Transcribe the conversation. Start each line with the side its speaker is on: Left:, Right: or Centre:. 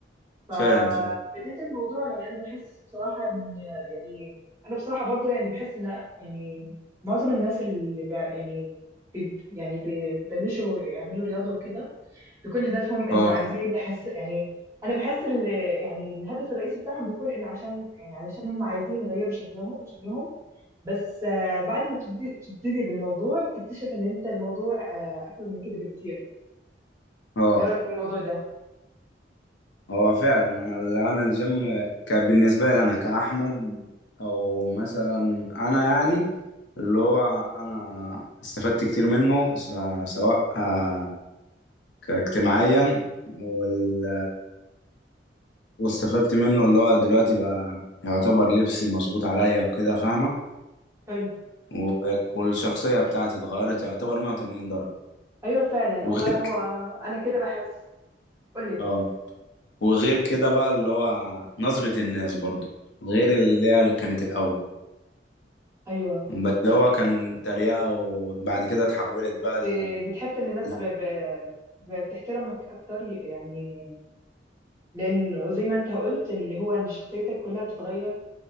Right: فبديت
Left: فاهم فاهم
Right: الموضوع يعني انا بحس بصراحه ان يعني انا بصراحه برضو يعني بحس ان يعني معظم الناس اللي بع- يعني بي يعني بي- بيبلشوا يعملوا رياضه وكده بيكون هدفهم انه
Left: اه
Right: عايزين يحس يعني انا بحس ال- يعني الهدف الرئيسي بتاعهم بيكون انه عشان يعني علشان هم عايزين يغيروا شكلهم شكلهم بس آه، بعد ما تبتدي تبتدي بالموضوع بتكتشف ان انت الموضوع آه، اكبر من كده بكتير
Left: اه
Right: ايه رايك في الموضوع ده
Left: هو فعلا انا انا الجيم كان بالنسبه لي انا كاحمد او مثلا انا يعني اللي هو انا استفدت كتير منه س- سواء آه، كاجتماعيا وال واستفدت منه اللي هو دلوقتي بقى يعتبر لبسي مظبوط عليا وكده فاهمة
Right: حلو
Left: و- والشخصية بتاعتي اتغيرت يعتبر 180 درجة
Right: ايوه فعلا
Left: وغير
Right: هو هو انا كده بحس قول لي
Left: اه وغير كده بقى اللي هو نظرة الناس برضو غير اللي هي اللي كانت الأول
Right: ايوه
Left: بس اللي هو كان تريقة وبعد كده اتحولت بقى ال...
Right: ب- بتحس ان الناس
Left: لا
Right: ب... ب... بتحترمك اكتر يعني لان زي ما انت قلت اللي هو ان شخصيتك كلها بتتغير